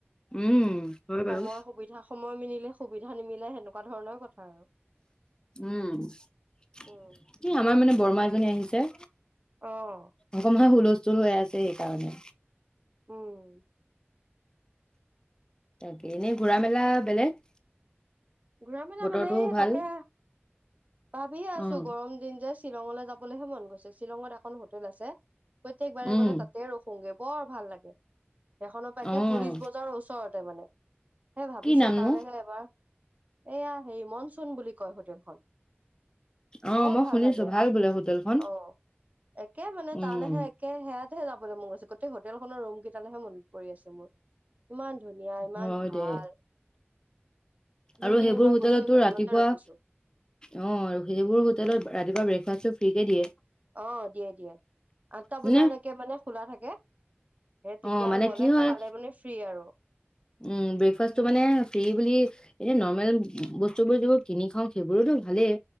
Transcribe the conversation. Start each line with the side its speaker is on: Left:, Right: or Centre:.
Left: উম, হয় বাৰু
Right: সময় সুবিধা সময় মিলিলে সুবিধা নিমিলে সেনেকুৱা ধৰণৰ কথা আৰু
Left: উম এ
Right: উম
Left: আমাৰ মানে বৰমা এজনী আহিছে
Right: অ'
Left: অকনমান হুলস্থুল হৈ আছে সেইকাৰণে
Right: উম
Left: তাকে এনেই ঘূৰা মেলা বেলেগ
Right: ঘূৰা মেলা
Left: বতৰটোও
Right: মানে এই
Left: ভাল
Right: তাকে ভাবি আছোঁ
Left: অ',
Right: গৰম দিন যে শ্বিলঙলৈ যাবলৈহে মন গৈছে শ্বিলঙত এখন হোটেল আছে প্ৰত্যেক বাৰে
Left: উম।
Right: গ'লে তাতে ৰখো -গে বৰ ভাল লাগে সেইখনৰ পৰা একে
Left: অ',
Right: পুলিচ বজাৰৰ ওচৰতে মানে তাকে ভাবিছোঁ
Left: কি নামনো
Right: তালেহে এবাৰ এইয়া হেৰি মনচুন বুলি কয় হোটেলখন
Left: অ',
Right: বৰ
Left: মই
Right: ভাল
Left: শুনিছো
Right: লাগে
Left: বোলে হোটেলখন
Right: অ একে মানে
Left: উম।
Right: তালেহে একে হেয়াত হে যাবলৈ মন গৈছে গোটেই হোটেল খনৰ ৰুম কেইটালেহে মনত পৰি আছে মোৰ ইমান ধুনীয়া ইমান
Left: হয়
Right: ভাল
Left: দে
Right: দুই
Left: আৰু
Right: তিনিবাৰ
Left: সেইবোৰ হোটেলত
Right: গৈছো
Left: তোৰ
Right: সেইখনতে
Left: ৰাতিপুৱা
Right: ৰখিছো
Left: অ' আৰু সেইবোৰ হোটেলত ৰাতিপুৱা ব্ৰেকফাষ্টটো ফ্ৰী কে দিয়ে
Right: অ দিয়ে দিয়ে আঠটা বজালৈকে
Left: মানে
Right: মানে খোলা থাকে সেই তেতিয়া
Left: অ' মানে
Right: গ'লে
Left: কি হয়
Right: খালে মানে ফ্ৰী আৰু
Left: উম ব্ৰেকফাষ্টটো মানে ফ্ৰী বুলি এনে নৰ্মেল বস্তু বোৰ যিবোৰ কিনি খাওঁ সেইবোৰোতো ভালেই